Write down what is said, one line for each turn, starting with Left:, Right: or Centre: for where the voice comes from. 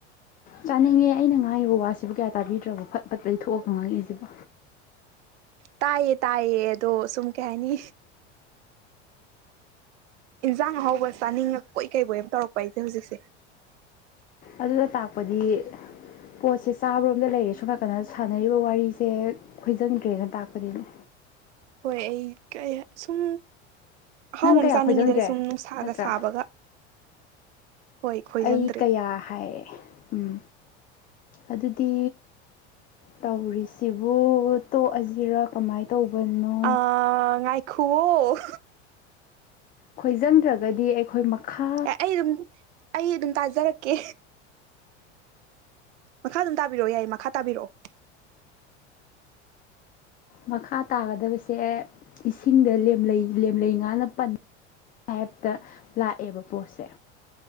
Left: ꯆꯥꯅꯤꯡꯉꯦ ꯑꯩꯅ ꯉꯥꯡꯉꯤꯕ ꯋꯥꯁꯤꯕꯨ ꯀꯌꯥ ꯇꯥꯕꯤꯗ꯭ꯔꯕꯣ ꯐꯠ ꯐꯠ ꯂꯩꯊ ꯊꯣꯛꯑꯒ ꯉꯥꯡꯉꯛꯏꯁꯤꯕꯣ
Right: ꯇꯥꯏꯌꯦ ꯇꯥꯏꯌꯦ ꯑꯗꯣ ꯁꯨꯝ ꯀꯩ ꯍꯥꯏꯅꯤ ꯏꯟꯁꯥꯡ ꯑꯍꯥꯎꯧꯕ ꯆꯥꯅꯤꯡꯉꯛꯄꯣꯏ ꯀꯩꯕꯣꯏ ꯑ ꯑꯃ ꯇꯧꯔꯛꯄ ꯑꯩꯁꯦ ꯍꯧꯖꯤꯛꯁꯦ
Left: ꯑꯗꯨꯅꯥ ꯇꯥꯛꯄꯗꯤ ꯄꯣꯠꯁꯦ ꯆꯥꯕꯔꯣꯝꯗ ꯂꯩꯔꯦ ꯁꯣꯝ ꯅꯥꯀꯟꯗ ꯁꯥꯟꯅꯔꯤꯕ ꯋꯥꯔꯤꯁꯦ ꯈꯣꯏꯖꯟꯗ꯭ꯔꯦꯅ ꯇꯥꯛꯄꯗꯤꯅꯦ
Right: ꯍꯣꯏ ꯑꯩ ꯁꯨꯝ ꯑꯍꯥꯎ
Left: ꯅꯪ
Right: ꯑꯃ
Left: ꯀꯌꯥ
Right: ꯆꯥꯅꯤꯡꯉꯤꯗꯅ
Left: ꯈꯣꯏꯖꯪꯗ꯭ꯔꯦ
Right: ꯁꯨꯝ ꯅꯨꯡꯁꯥꯒ
Left: ꯅꯠꯇ꯭ꯔꯥ
Right: ꯁꯥꯕꯒ ꯍꯣꯏ ꯈꯣꯏꯖꯪꯗ꯭ꯔꯦ
Left: ꯑꯩ ꯀꯌꯥ ꯍꯥꯏꯑ ꯎꯝ ꯑꯗꯨꯗꯤ ꯇꯧꯔꯤꯁꯤꯕꯨ ꯇꯣꯛꯑꯁꯤꯔ ꯀꯃꯥꯏꯅ ꯇꯧꯕꯅꯣ
Right: ꯑ ꯉꯥꯏꯈꯣ ꯑꯣ
Left: ꯈꯣꯏꯖꯪꯗ꯭ꯔꯒꯗꯤ ꯑꯩꯈꯣꯏ ꯃꯈꯥ
Right: ꯑꯦ ꯑꯩ ꯑꯗꯨꯝ ꯑꯩ ꯑꯗꯨꯝ ꯇꯥꯖꯔꯛꯀꯦ ꯃꯈꯥ ꯑꯗꯨꯝ ꯇꯥꯕꯤꯔꯛꯑꯣ ꯌꯥꯏ ꯃꯈꯥ ꯇꯥꯕꯤꯔꯛꯑꯣ
Left: ꯃꯈꯥ ꯇꯥꯒꯗꯕꯁꯦ ꯏꯁꯤꯡꯗ ꯂꯦꯝꯂꯩ ꯂꯦꯝꯂꯩ ꯉꯥꯅ ꯄꯟ ꯍꯥꯏꯍꯦꯇ ꯂꯥꯛꯑꯦꯕ ꯄꯣꯠꯁꯦ